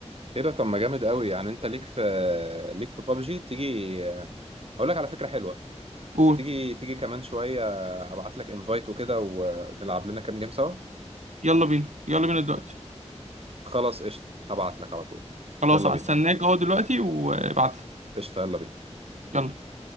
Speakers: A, on the right (about 55°); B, on the right (about 80°).
A: ايه ده طب ما جامد قوي يعني انت ليك في ليك في بابجي تيجي اقول لك على فكرة حلوة
B: قول
A: تيجي تيجي كمان شوية ابعت لك انفايت وكده ونلعب لنا كام جيم سوا
B: يلا بينا يلا بينا دلوقتي
A: خلاص قشطة هبعت لك على طول
B: خلاص
A: يلا
B: هستناك
A: بينا
B: أهو دلوقتي وابعتلي
A: قشطة يلا بينا
B: يلا